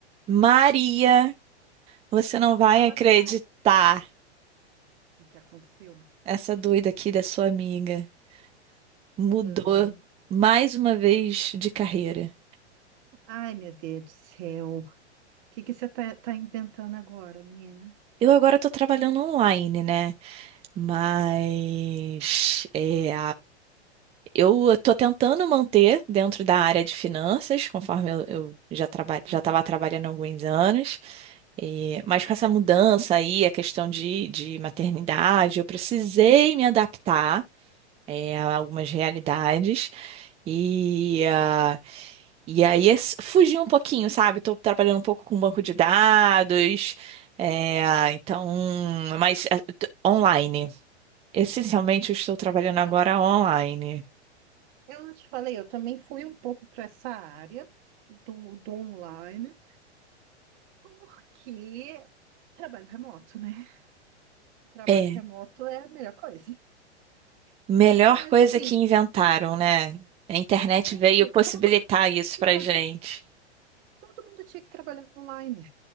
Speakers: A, on the right; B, on the right.
A: Maria, você não vai
B: Fala,
A: acreditar.
B: Sara. O que que aconteceu?
A: Essa doida aqui da sua amiga mudou
B: Hum.
A: mais uma vez de carreira.
B: Ai, meu Deus do céu. O que que você tá, tá inventando agora, menina?
A: Eu agora tô trabalhando online, né? Mas é, eu tô tentando manter dentro da área de finanças, conforme eu, eu já traba,
B: Sim.
A: já estava trabalhando há alguns anos. E- mas com essa mudança aí, a questão de, de maternidade, eu precisei me adaptar é, a algumas realidades. E, ah, e aí é s- fugir um pouquinho, sabe? Estou trabalhando um pouco com banco de dados, é, então, mas ah, t- online. Essencialmente, eu estou trabalhando
B: Menina,
A: agora
B: Eu,
A: online.
B: eu não te falei, eu também fui um pouco para essa área do, do online, porque trabalho remoto, né? Trabalho
A: É,
B: remoto é a melhor coisa.
A: melhor
B: Mas
A: coisa
B: assim,
A: que inventaram, né? A internet
B: gente,
A: veio possibilitar
B: todo mundo
A: isso
B: tinha,
A: pra gente.
B: todo mundo tinha que trabalhar online.